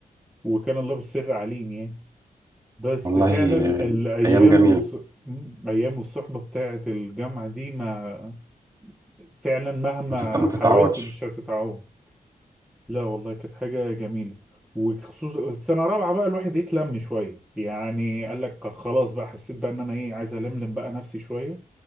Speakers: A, in the centre; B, on the right.
A: وكان الله بالسر عليم يعني بس
B: والله
A: فعلا الأيام
B: آه، أيام جميلة
A: والص... م- أيام والصحبة بتاعة الجامعة دي ما فعلا مهما
B: ما تت- ما تتعوضش
A: حاولت مش هتتعوض لا والله كانت حاجة جميلة وخصوصا في سنة رابعة بقى الواحد يتلم شوية يعني قال لك خلاص بقى حسيت بقى ان انا ايه عايز الملم بقى نفسي شوية